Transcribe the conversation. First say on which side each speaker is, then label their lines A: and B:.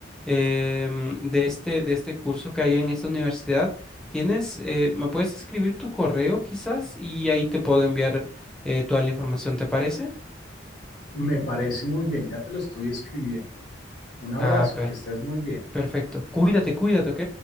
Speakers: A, in the centre; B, on the left (about 50°).
A: em, de este, de este curso que hay en esta universidad. Tienes, eh, me puedes escribir tu correo quizás y ahí te puedo enviar eh, toda la información, ¿te parece?
B: Me parece muy bien, ya te lo estoy escribiendo. Un abrazo,
A: Ah, perf-
B: que estés muy bien.
A: perfecto. Cuídate, cuídate, ¿ok?